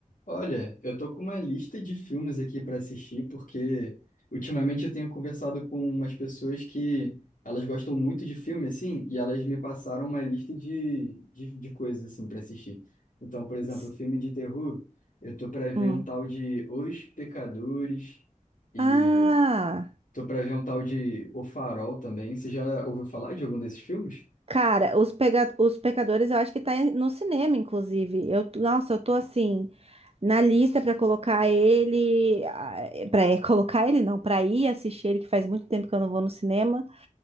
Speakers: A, on the left; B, on the right.
A: Olha, eu tô com uma lista de filmes aqui para assistir, porque ultimamente eu tenho conversado com umas pessoas que elas gostam muito de filme, assim, e elas me passaram uma lista de, de, de coisas, assim, para assistir. Então, por exemplo,
B: S-
A: filme de terror, eu tô para ver
B: Hum.
A: um tal de Os Pecadores e
B: Ah,
A: tô para ver um tal de O Farol também. Você já ouviu falar de algum desses filmes?
B: cara, os, pega... os pecadores eu acho que tá em- no cinema, inclusive. Eu, t- nossa, eu tô assim, na lista pra colocar ele. ah, Pra <laughs> colocar ele, não, pra ir assistir ele, que faz muito tempo que eu não vou no cinema.